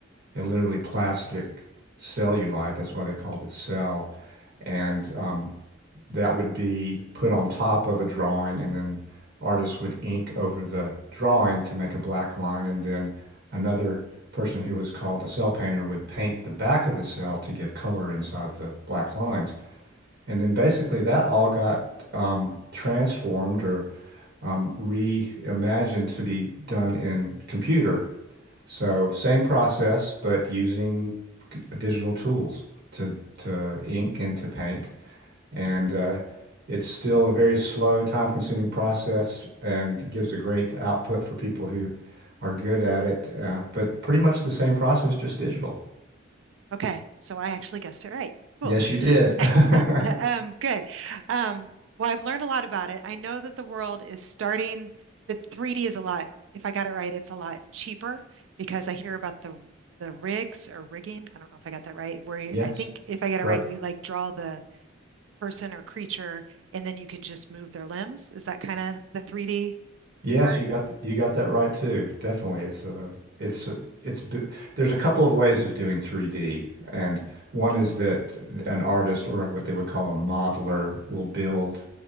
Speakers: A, on the right; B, on the right.
A: and literally plastic cellulite. That's why they called it cell. And um, that would be put on top of a drawing, and then artists would ink over the drawing to make a black line. And then another person who was called a cell painter would paint the back of the cell to give color inside the black lines. And then basically that all got um, transformed or um, reimagined to be done in computer so same process, but using digital tools to to ink and to paint. And uh, it's still a very slow, time-consuming process and gives a great output for people who are good at it. Uh, but pretty much the same process, just digital.
B: okay. So I actually guessed it right. Cool.
A: Yes, you did.
B: <laughs>
A: <laughs>
B: Um, good. Um, well, I've learned a lot about it. I know that the world is starting, the 3D is a lot, if I got it right, it's a lot cheaper because I hear about the the rigs or rigging. I don't know if I got that right, where you,
A: Yes,
B: I think if I get
A: correct.
B: it right, you like draw the person or creature and then you can just move their limbs. Is that kind of the 3D
A: Yes,
B: part?
A: you got th- you got that right too. Definitely, it's uh, it's uh, it's b- there's a couple of ways of doing 3D, and one is that an artist or what they would call a modeler will build,